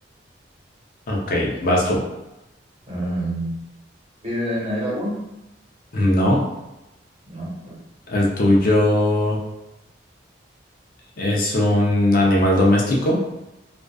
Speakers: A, on the left; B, on the right.
A: Ok, vas tú.
B: Em, ¿vive en el agua?
A: No,
B: No, vale.
A: el tuyo es un animal doméstico.